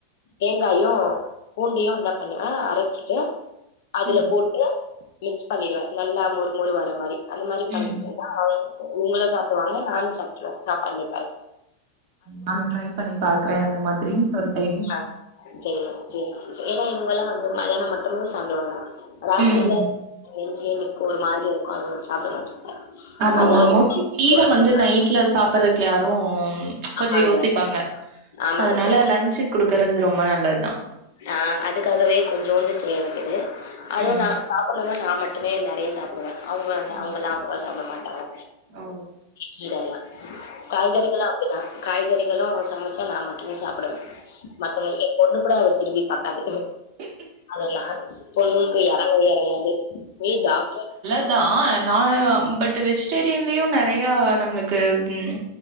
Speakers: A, on the left; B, on the right.
A: தேங்காயு பூண்டயு தக்காளியு ஆ அரச்சிட்டு அதுல
B: ம்
A: போட்டு மிக்ஸ் பண்ணிடுவே நல்லா மொறு மொறு வர மாரி அந்த மாரி பண்ணி
B: ம்
A: தந்தா இவ்ங்களு சாப்டுவாங்க நானு சாப்ட்றுவே சாப்பாடுலே
B: நானு ட்ரை பண்ணி பாக்குறே அந்த மாதிரி ஒரு டைம்
A: செரிங்க செரிங் சிஸ்டர் ஏனா இவுங்கெல்லா வந்து மதியான மட்டுந்தா சாப்டுவாங்க ராத்ரில
B: ம்
A: நெஞ்சில்யே நிக்கு ஒரு மாரி இக்கு அவ்ங்க சாப்ட மாட்டாங்க
B: ஆமாமா
A: அதனால
B: மோஸ்ட்லி கீர
A: கொஞ்சம்
B: வந்து நைட்ல சாப்றக்கு யாரு கொஞ்சோ
A: ஆமாங்க,
B: யோசிப்பாங்க
A: ஆமாங்க
B: அதனால
A: தோழி.
B: லன்சுக் குடுக்கறது ரொம்ப நல்லதுத்தா
A: ஆ அதுக்காகவே கொஞ்சோண்டு செய்ய வேண்டியது அதுவு
B: ம்
A: நா சாப்புட்லன்னா நா மட்டுமே நெறய சாப்பிடுவே அவுங்க ந
B: ம்
A: அவுங்கல்லா அவ்ளவா சாப்ட மாட்டாங்க
B: ஓ
A: கீரல்லா காய்கறிகலா அ காய்கறிகளு சமச்சா நா மட்டுமே சாப்டனு மத்தவ்ங்க எ பொண்ணு குட அத திரும்பி பாக்காது
B: ம்
A: அதெல்லா பொண்ணுங்கு எறங்வே எறங்காது வீ டாக்ட்ரு
B: த்தா நா பட் வெஜ்டேரியன்லயு நெறைய நம்ளுக்கு ம்